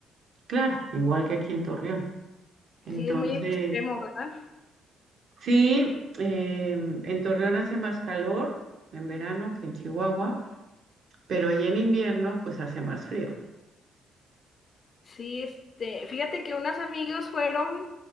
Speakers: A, on the right; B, on the left.
A: Claro, igual que aquí en Torreón. Entonces,
B: Sí, es muy extremo, ¿verdad?
A: sí, em, en Torreón hace más calor en verano que en Chihuahua, pero ya en invierno pues hace más frío.
B: Sí, este, fíjate que unas amigos fueron